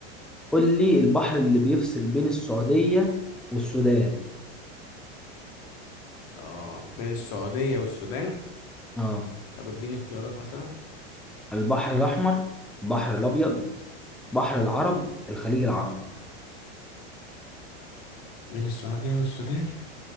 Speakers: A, in the centre; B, on the left.
A: قول لي البحر اللي بيفصل بين السعودية والسودان
B: اه بين السعودية والسودان
A: اه
B: طب اديني اختيارات مثلا
A: البحر الأحمر البحر الأبيض بحر العرب الخليج العربي
B: بين السعودية والسودان